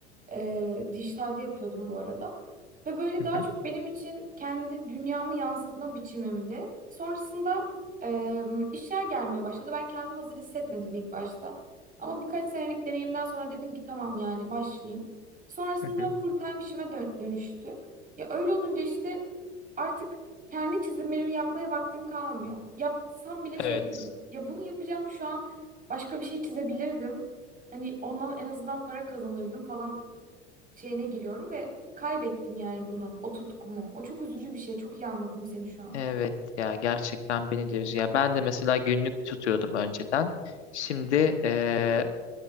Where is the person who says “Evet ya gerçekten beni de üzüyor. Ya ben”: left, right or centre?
Left